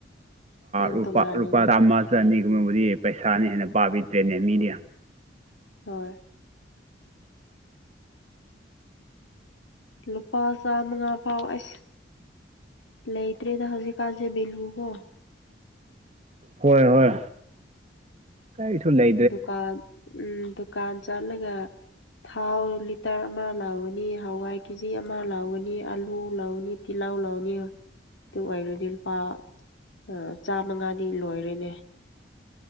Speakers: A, on the left (about 85°); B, on the right (about 35°).
A: ꯌꯥꯝ
B: ꯂꯨꯄꯥ
A: ꯇꯣꯡꯉꯥꯜꯂꯦꯅ
B: ꯂꯨꯄꯥꯑꯃ ꯆ ꯑꯅꯤꯒꯨꯝꯕꯕꯨꯗꯤ ꯄꯩꯁꯥꯅ ꯍꯦꯟꯅ ꯄꯥꯕꯤꯗ꯭ꯔꯦꯅꯦ ꯃꯤꯗꯤ
A: ꯍꯣꯏ ꯂꯨꯄꯥ ꯆꯥꯝꯃꯉꯥ ꯐꯥꯎ ꯑꯁ ꯂꯩꯇꯔꯦꯗ ꯍꯧꯖꯤꯛ ꯀꯥꯥꯟꯁꯦ ꯕꯦꯜꯂꯨꯀꫭ
B: ꯍꯣꯏ ꯍꯣꯏ ꯀꯔꯤꯁꯨ ꯂꯩ
A: ꯗꯨꯀꯥꯟ ꯎꯝ ꯗꯨꯀꯥꯟ ꯆꯠꯂꯒ ꯊꯥꯎ ꯂꯤꯇꯔ ꯑꯃ ꯂꯥꯎꯒꯅꯤ ꯍꯋꯥꯏ ꯀꯦꯖꯤ ꯑꯃ ꯂꯥꯎꯒꯅꯤ ꯑꯂꯨ ꯂꯧꯎꯅꯤ ꯇꯤꯜꯍꯎ ꯂꯧꯅꯤ ꯑꯗꯨ ꯑꫭꯏꯔꯗꯤ ꯂꯨꯄꯥ ꯑ ꯆꯥꯃꯉꯥꯗꯤ ꯂꯣꯏꯔꯦꯅꯦ